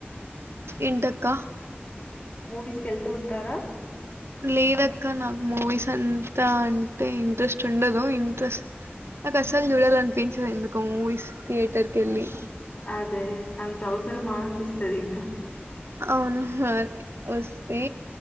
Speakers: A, on the right; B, on the left.
A: ఎంటక్క
B: మూవీస్కి వెళ్తూ ఉంటారా
A: లేదక్క నాకు మూవీస్ అన్ త అంటే ఇంట్రెస్ట్ ఉండదు ఇంట్రెస్ట్ నాకు అస్సలు చూడాల అనిపించదు ఎందుకు మూవీస్ థియేటర్ కెళ్ళి
B: అదే అంత అవసరమా అనిపిస్తది ఇంకా
A: అవును ఆ వస్తే